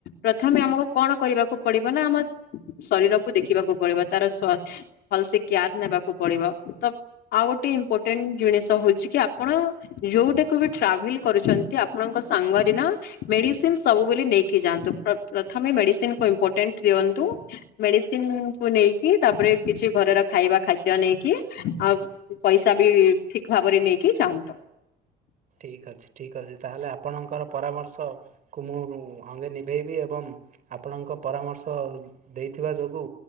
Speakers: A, on the left; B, on the right.
A: ପ୍ରଥମେ ଆମକୁ କଣ କରିବାକୁ ପଡିବ ନା ଆମ ଶରୀରକୁ ଦେଖିବାକୁ ପଡିବ ତାର ଭଲସେ କେୟାର ନେବାକୁ ପଡିବ ତ ଆଉ ଗୋଟେ ଇମ୍ପୋର୍ଟାଣ୍ଟ ଜିନିଷ ହଉଛି କି ଆପଣ ଯୋଉଟାକୁ ବି ଟ୍ରାଭେଲ କରୁଛନ୍ତି ଆପଣଙ୍କ ସାଙ୍ଗରେ ନା ମେଡି ସିନ ସବୁବେ ନେଇକି ଯାଆନ୍ତୁ ପ୍ରଥମେ ମେଡିସିନ କୁ ଇମ୍ପୋର୍ଟାଣ୍ଟ ଦିଅନ୍ତୁ। ମେଡିସିନ କୁ ନେଇକି ତାପରେ କିଛି ଘର ର ଖାଇବା ଖାଦ୍ୟ ନେଇକି ଆଉ ପଇସା ବି ଠିକ ଭାବରେ ନେଇକି ଯାଆନ୍ତୁ।
B: ଠିକ୍ ଅଛି ଠିକ୍ ଅଛି ତାହେଲେ ଆପଣଙ୍କର ପରାମର୍ଶ କୁ ମୁଁ ଆଙ୍ଗେ ନିଭେଇବି ଏବଂ ଆପଣଙ୍କ ପରାମର୍ଶ ଦେଇଥିବା ଯୋଗୁ।